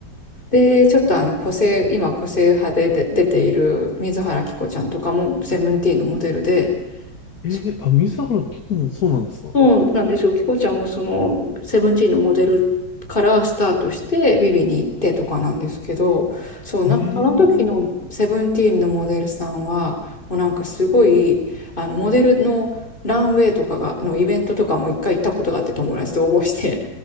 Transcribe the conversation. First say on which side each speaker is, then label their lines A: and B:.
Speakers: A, on the left (about 25°); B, on the left (about 50°).
A: で、ちょっとあの個性、今個性派で出出ている水原希子ちゃんとかもセブンティーンのモデルで、
B: えー、
A: そ
B: あ、水原希子もそうなんですか
A: そうなんですよ。キコちゃんもそのセブンティーンのモデルからスタートしてビビに行ってとかなんですけど、そう、なんかその時のセブンティーンのモデルさんは、
B: えー、
A: もうなんかすごい、あのモデルのランウェイとかが、のイベントとかも一回行ったことがあって友達と応募して、